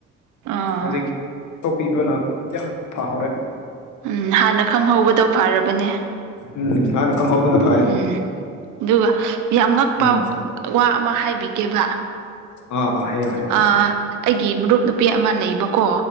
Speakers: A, on the right; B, on the left.
A: ꯑꯥ
B: ꯍꯧꯖꯤꯛ ꯇꯣꯛꯄꯤꯕꯅ ꯌꯥꯝ ꯐꯥꯍꯧꯔꯦ
A: ꯎꯝ ꯍꯥꯟꯅ ꯈꯪꯍꯧꯕꯗꯣ ꯐꯔꯕꯅꯦ
B: ꯎꯝ ꯍꯥꯟꯅꯥ ꯈꯪꯍꯧꯕꯅꯥ
A: ꯎꯝ ꯑꯗꯨꯒ ꯌꯥꯝ ꯉꯛꯄ
B: ꯎꯝ
A: ꯋꯥ ꯑꯃ ꯍꯥꯏꯕꯤꯒꯦꯕ
B: ꯑ ꯑ ꯍꯥꯏꯌꯣ ꯍꯥꯏꯌꯣ
A: ꯑꯩꯒꯤ ꯃꯔꯨꯞ ꯅꯨꯄꯤ ꯑꯃ ꯂꯩꯕꯀꯣ